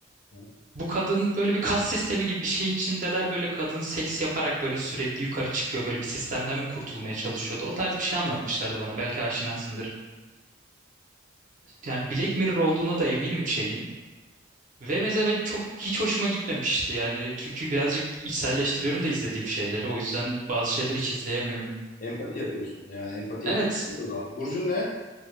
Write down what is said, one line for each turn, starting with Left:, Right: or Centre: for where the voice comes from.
Left: hı.
Right: Bu kadın böyle bir kas sistemi gibi bir şeyin içindeler böyle kadın seks yaparak böyle sürekli yukarı çıkıyor böyle bir sistemden mi kurtulmaya çalışıyordu. O tarz bir şey anlatmışlardı bana belki aşinasındır. Yani Black Mirror olduğuna da eminim şeyin. Ve mesela ben çok hiç hoşuma gitmemişti yani çünkü birazcık içselleştiriyorum da izlediğim şeyleri o yüzden bazı şeyleri hiç izleyemiyorum.
Left: Empati yapıyorsun. Yani empati
Right: Evet
Left: yeteneği yok o zaman. Burcun ne?